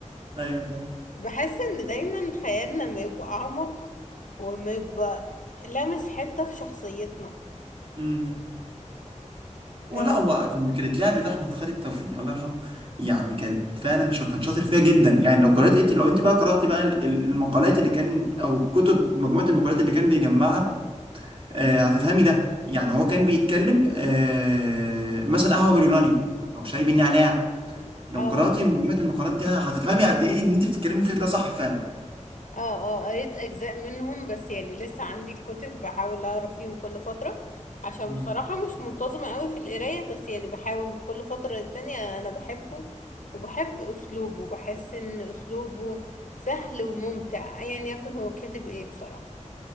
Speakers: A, on the right (about 45°); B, on the left (about 85°).
A: ايوه
B: بحس ان دايما خيالنا ما يبقى اعمق وما يبقى لامس حتة في شخصيتنا
A: فاهم ولا
B: اه
A: هو كان كانت لعبة أحمد خالد توفيق الله يرحمه يعني كانت فعلا شا- كان شاطر فيها جدا يعني لو قرأت انت لو انت بقى قرأتي بقى ال- ال- المقالات اللي كان أو الكتب مجموعة المقالات اللي كان بيجمعها آه هتفهمي ده يعني هو كان بيتكلم آه مثلا قهوة باليورانيوم أو شاي بالنعناع لو
B: اه
A: قرأتي مجموعة المقالات دي هتفهمي قد إيه إن انت بتتكلمي فيه ده صح فعلا
B: اه آه، قريت اجزاء منهم بس يعني لسه عندي الكتب بحاول اقرا فيهم كل فترة عشان
A: مم.
B: بصراحة مش منتظمة قوي في القراية بس يعني بحاول كل فترة للتانية انا بحبه وبحب اسلوبه بحس ان اسلوبه سهل وممتع ايا يكن هو كاتب ايه بصراحة